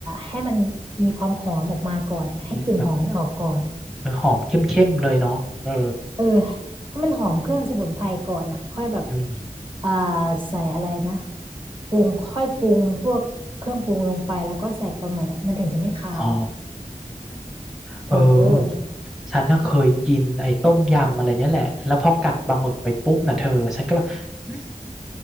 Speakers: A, on the right; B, in the centre.
A: ให้มันมีความหอมออกมาก่อนอะให้กลิ่นหอมมันออกก่อน
B: ีแบบเออหอมเข้มๆเลยเนาะเออ
A: เออให้มันหอมเครื่องสมุนไพรก่อนอ่ะค่อยแบบ
B: อืม
A: อ่าใส่อะไรนะปรุงค่อยปรุงพวกเครื่องปรุงลงไปแล้วก็ใส่ปลาหมึกอะมันถึงจะไม่คาว
B: อ๋อเออ
A: เออ
B: ฉันน่ะเคยกินไอ้ต้มยำอะไรเนี่ยแหละแล้วพอกัดปลาหมึกไปปุ๊บน่ะเธอฉันก็แบบอืม